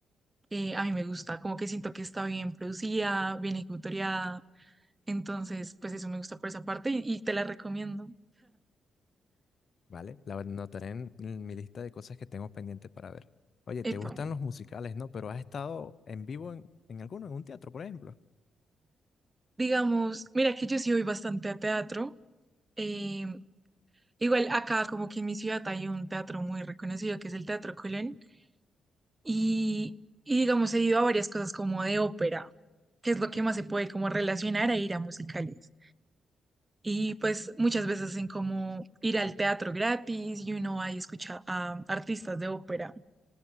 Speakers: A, on the right (about 25°); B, on the left (about 55°).
A: eh, a mí me gusta, como que siento que está bien producida, bien ejecutoriada, entonces, pues eso me gusta por esa parte y, y te la recomiendo.
B: ¿vale? La anotaré en, en mi lista de cosas que tengo pendientes para ver. Oye, ¿te
A: Epa.
B: gustan los musicales, no? Pero has estado en vivo en, en alguno, en un teatro, por ejemplo.
A: Digamos, mira que yo sí voy bastante a teatro. eh, igual acá como que en mi ciudad hay un teatro muy reconocido que es el Teatro Colón y, y digamos he ido a varias cosas como de ópera, que es lo que más se puede como relacionar a ir a musicales. Y pues muchas veces hacen como ir al teatro gratis y uno va y escucha a artistas de ópera.